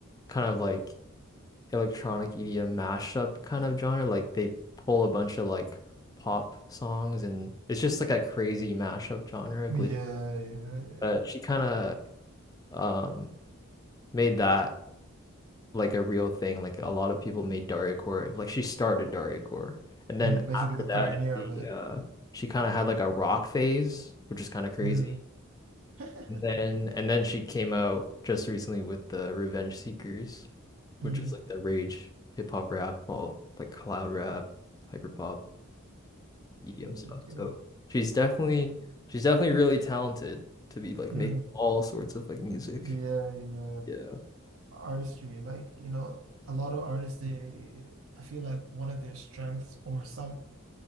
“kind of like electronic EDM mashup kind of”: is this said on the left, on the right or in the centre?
Left